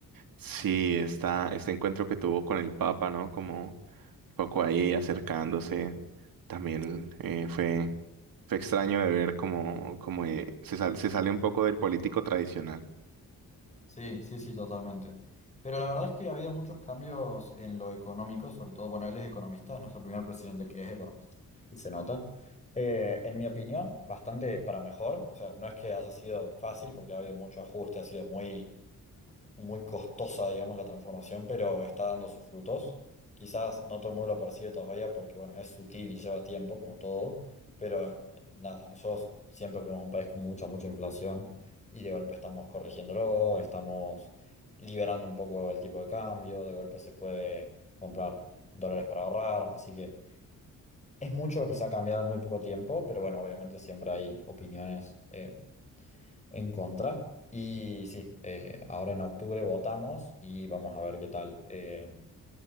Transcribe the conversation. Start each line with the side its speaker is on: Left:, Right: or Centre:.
Right: Sí, esta, este encuentro que tuvo con el Papa, ¿no? Como un poco ahí acercándose, también eh, fue, fue extraño de ver como, como eh, se sal- se sale un poco del político tradicional.
Left: Sí, sí, sí, totalmente. Pero la verdad es que ha habido muchos cambios en lo económico, sobre todo, bueno, él es economista, es nuestro primer presidente que es economista. Y se nota. Eh, en mi opinión, bastante para mejor. O sea, no es que haya sido fácil porque ha habido mucho ajuste, ha sido muy muy costosa, digamos, la transformación, pero está dando sus frutos. Quizás no todo el mundo lo percibe todavía porque, bueno, es sutil y lleva tiempo, como todo, pero eh, nada, nosotros siempre fuimos un país con mucha, mucha inflación y de golpe estamos corrigiéndolo, estamos liberando un poco el tipo de cambio, de golpe se puede comprar dólares para ahorrar, así que es mucho lo que se ha cambiado en muy poco tiempo, pero bueno, obviamente siempre hay opiniones. eh, en contra. Y sí, eh, ahora en octubre votamos y vamos a ver qué tal. Eh,